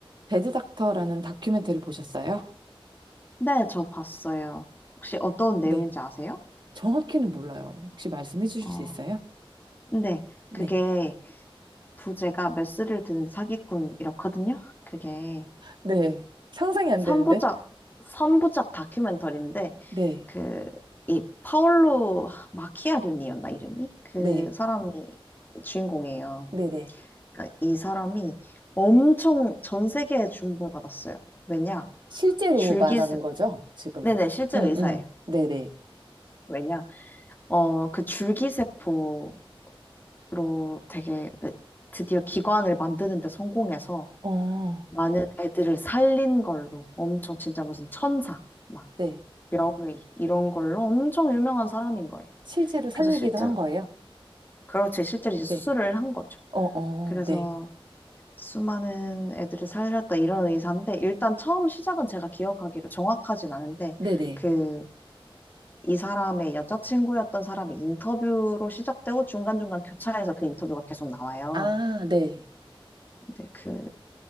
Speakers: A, on the right; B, on the left.
A: 배드닥터라는 다큐멘터리 보셨어요?
B: 네, 저 봤어요. 혹시 어떤 내용인지
A: 네.
B: 아세요?
A: 정확히는 몰라요. 혹시 말씀해 주실
B: 어,
A: 수 있어요?
B: 네,
A: 네.
B: 그게 부제가 메스를 든 사기꾼이었거든요. 그게
A: 네. 상상이 안 되는데?
B: 3부작, 삼부작 다큐멘터리인데,
A: 네.
B: 그, 이 파올로 마키아리니였나, 이름이? 그
A: 네.
B: 사람이 주인공이에요.
A: 네네.
B: 그러니까 이 사람이 엄청 전 세계에 주목을 받았어요. 왜냐?
A: 실제로
B: 줄기세,
A: 말하는 거죠, 지금?
B: 네네, 실제
A: 음,
B: 의사예요.
A: 음. 네네.
B: 왜냐? 어, 그 줄기세포, 로 되게 드디어 기관을 만드는 데 성공해서
A: 어,
B: 많은 애들을 살린 걸로 엄청 진짜 무슨 천사 막
A: 네.
B: 명의 이런 걸로 엄청 유명한 사람인 거예요.
A: 실제로 살리기도
B: 그래서 실제로
A: 한 거예요?
B: 그렇지 실제로 이제 수술을
A: 네.
B: 한 거죠.
A: 어, 어,
B: 그래서
A: 네.
B: 수많은 애들을 살렸다 이런 의사인데 일단 처음 시작은 제가 기억하기로 정확하진 않은데
A: 네네.
B: 그 이 사람의 여자친구였던 사람의 인터뷰로 시작되고 중간중간 교차해서 그 인터뷰가 계속 나와요.
A: 아, 네.
B: 근데 그